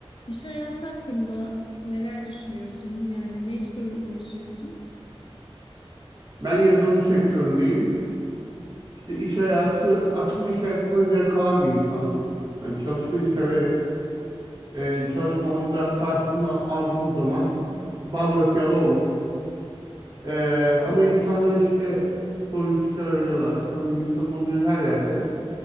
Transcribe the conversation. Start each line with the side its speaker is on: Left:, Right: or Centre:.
Left: İş hayatı hakkında neler düşünüyorsun? Yani ne işte uğraşıyorsun?
Right: Ben yazılım sektöründeyim. İşte iş hayatı, aslında iş hayatından zevk alan bir insanım. Yani çalışmayı severim. Ee, çalışmamın da karşılığını aldığım zaman bal dök yala olur. Ee, ama insanlar işte sorun çıkarabiliyorlar. Sanırım insanın olduğu her yerde